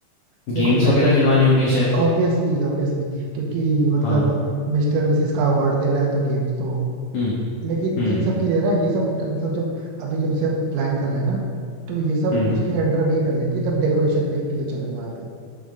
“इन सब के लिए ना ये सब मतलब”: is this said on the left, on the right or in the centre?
Right